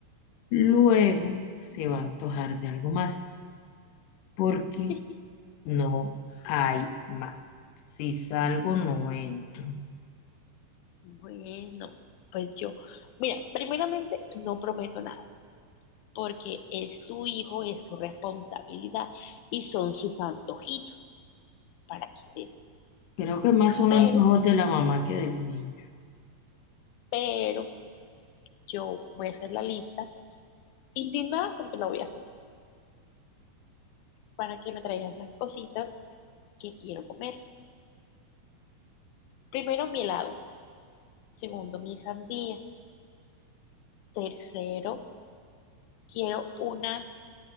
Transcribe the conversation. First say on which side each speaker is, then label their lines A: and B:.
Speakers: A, on the left; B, on the left.
A: luego se va a antojar de algo más, porque
B: <laughs>
A: no hay más. Si salgo, no entro.
B: Bueno, pues yo. Mira, primeramente no prometo nada, porque es su hijo, es su responsabilidad y son sus antojitos para que se.
A: Creo que más son
B: Pero,
A: antojos de la mamá que del niño.
B: pero yo voy a hacer la lista indignada porque la voy a hacer para que me traigan las cositas que quiero comer. Primero, mi helado. Segundo, mi sandía. Tercero, quiero unas